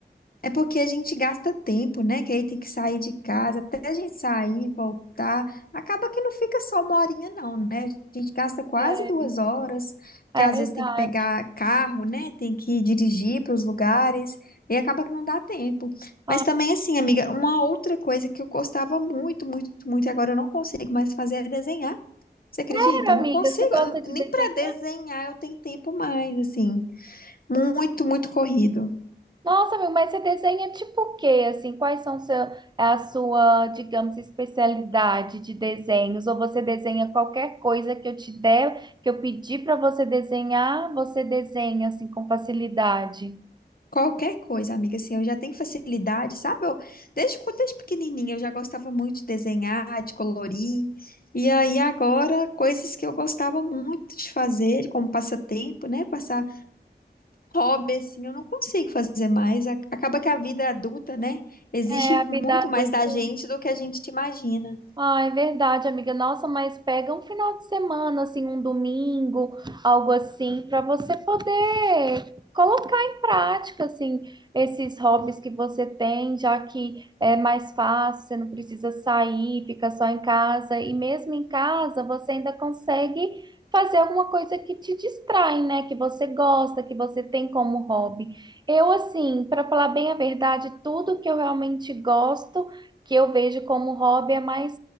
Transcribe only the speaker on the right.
É
é
verdade.
Ah,
sério,
amiga,
você gosta
de
desenhar?
Nossa, amigo, mas você desenha tipo o quê? Assim, quais são seu, é a sua, digamos, especialidade de desenhos? Ou você desenha qualquer coisa que eu te der, que eu pedir para você desenhar, você desenha assim com facilidade?
É, a vida
adulta.
Ah, é verdade, amiga. Nossa, mas pega um final de semana, assim, um domingo, algo assim, para você poder colocar em prática, assim, esses hobbies que você tem, já que é mais fácil, você não precisa sair, fica só em casa. E mesmo em casa, você ainda consegue fazer alguma coisa que te distrai, né? Que você gosta, que você tem como hobby. Eu, assim, para falar bem a verdade, tudo que eu realmente gosto que eu vejo como hobby é mais